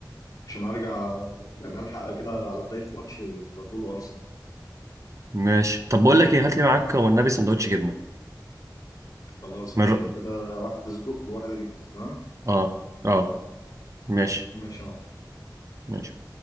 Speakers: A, on the left (about 50°); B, on the right (about 45°).
A: عشان ارجع يعني الحق كده على بدايه ماتش ليفربول وارسنال
B: ماشي طب بقول لك ايه هات لي معاك والنبي سندوتش جبنه
A: خلاص ماشي
B: من الر-
A: يبقى كده واحده سجق وواحده جبنه تمام
B: اه اه ماشي
A: ماشي يا معلم
B: ماشي